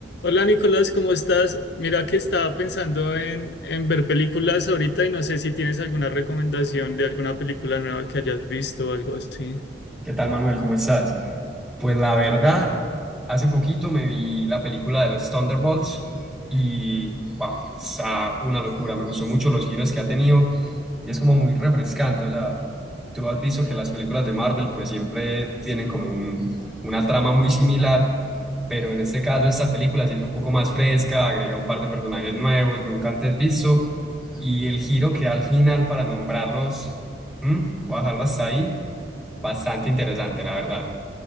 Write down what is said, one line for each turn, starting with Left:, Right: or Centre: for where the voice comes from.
Left: Hola Nicolás, ¿cómo estás? Mira que estaba pensando en, en ver películas ahorita y no sé si tienes alguna recomendación de alguna película nueva que hayas visto o algo así.
Centre: ¿Qué tal, Manuel? ¿Cómo estás? Pues la verdad, hace poquito me vi la película de los Thunderbolts y wow, está una locura. Me gustó mucho los giros que ha tenido y es como muy refrescante. O sea, tú has visto que las películas de Marvel pues siempre tienen como un- una trama muy similar, pero en este caso esta película sí es un poco más fresca, agrega un par de personajes nuevos, nunca antes visto y el giro que da al final para nombrarlos, ¿hmm? voy a dejarlo hasta ahí Bastante interesante, la verdad.